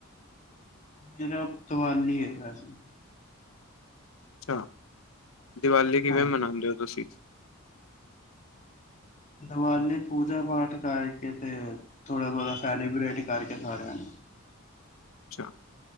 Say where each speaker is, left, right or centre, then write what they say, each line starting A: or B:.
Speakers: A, on the left (about 35°); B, on the left (about 70°).
A: ਮੇਰਾ ਤਵਾਲੀ ਐ ਵੈਸੇ।
B: ਅੱਛਾ, ਦੀਵਾਲ਼ੀ ਕਿਵੇਂ
A: ਹਾਂਜੀ
B: ਮਨਾਉਂਦੇ ਓ ਤੁਸੀਂ।
A: ਦੀਵਾਲੀ, ਪੂਜਾ ਪਾਠ ਕਰਕੇ ਤੇ ਥੋੜਾ ਬਹੁਤਾ ਸੈਲੀਬ੍ਰੇਟ ਕਰਕੇ ਸਾਰਿਆਂ ਨੂੰ।
B: ਅੱਛਾ।